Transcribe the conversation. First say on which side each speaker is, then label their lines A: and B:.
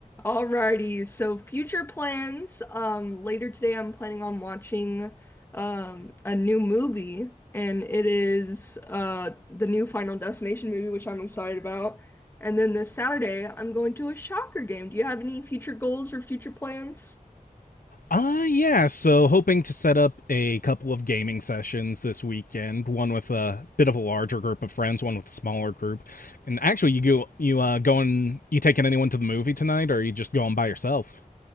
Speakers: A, on the left; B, on the left.
A: Alrighty, so future plans. Um, later today, I'm planning on watching um a new movie, and it is uh the new Final Destination movie, which I'm excited about. And then this Saturday, I'm going to a soccer game. Do you have any future goals or future plans?
B: Uh yeah, so hoping to set up a couple of gaming sessions this weekend, one with a bit of a larger group of friends, one with a smaller group. And actually you go you uh going you taking anyone to the movie tonight or are you just going by yourself?